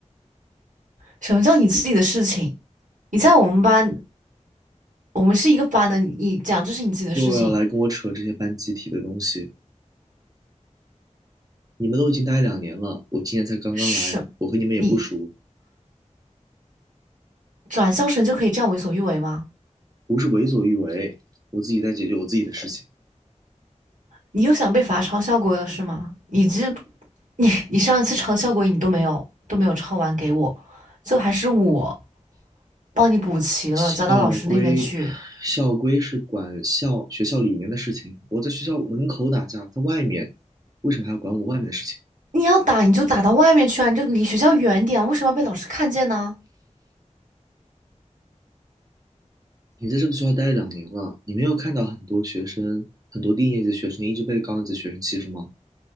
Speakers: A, on the right; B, on the right.
A: 什么叫你自己的事情？你在我们班，我们是一个班的，你讲这是你自己的事情，
B: 又要来跟我扯这些班集体的东西。你们都已经待两年了，我今年才刚刚来，
A: 是，
B: 我和你们也不熟，
A: 你转校生就可以这样为所欲为吗？
B: 不是为所欲为，我自己在解决我自己的事情。
A: 你又想被罚抄校规了是吗？你这，你你上一次抄校规你都没有都没有抄完给我，最后还是我。帮你补齐了，
B: 校规，
A: 交到老师那边去。
B: 校规是管校学校里面的事情，我在学校门口打架，在外面，为什么还要管我外面的事情？
A: 你要打你就打到外面去啊，你就离学校远点啊，为什么要被老师看见呢？
B: 你在这个学校待两年了，你没有看到很多学生，很多低年级的学生一直被高年级的学生欺负吗？